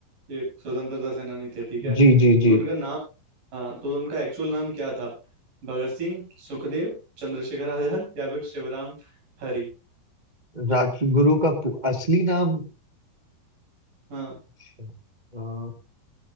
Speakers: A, on the right (about 55°); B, on the right (about 75°).
A: एक स्वतंत्रता सेनानी थे ठीक है
B: जी जी जी
A: तो उनका नाम हाँ तो उनका एक्चुअल नाम क्या था भगत सिंह सुखदेव चंद्रशेखर आजाद या फिर शिवराम हरी
B: राजगुरु का पू- असली नाम
A: हाँ
B: अच्छा। अ,